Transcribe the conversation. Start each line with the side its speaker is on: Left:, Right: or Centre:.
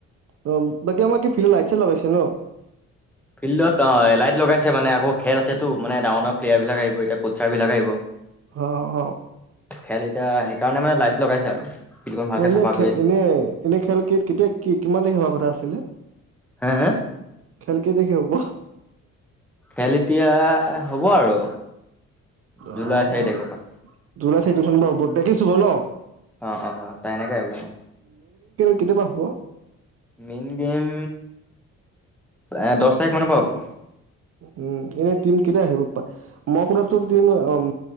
Right: অ বাকী আমাক কি ফিল লাগছে লগাইছে ন?
Centre: ফিল্ডত অ লাইট লগাইছে মানে আকৌ খেল আছেতো মানে ডাঙৰ ডাঙৰ প্লেয়াৰ বিলাক আহিব এতিয়া কোচাৰ বিলাক আহিব।
Right: আহ আহ
Centre: খেল এতিয়া সেইকাৰণে মানে লাইট লগাইছে আৰু। ফিল্ডখন ভালকে
Right: ম এনে
Centre: চাফা কৰি আছে
Right: এনে এনে খেল কে-কেতিয়া কি-কিমান তাৰিখে হোৱা কথা আছিলে?
Centre: হে হে
Right: খেল কেই তাৰিখে হব?
Centre: খেল এতিয়া হ'ব আৰু। জুলাই
Right: অ
Centre: চাৰি তাৰিখৰ পৰা
Right: <unintelligible> চুব ন?
Centre: অ অ অ তাই এনেকে আহিব অ।
Right: কেতিয়া পা হব?
Centre: মেইন গেম এ দহ তাৰিখ মানৰ পৰা হব।
Right: উম এনে টিম কেইটা আহিব, প মই শুনাটটো উম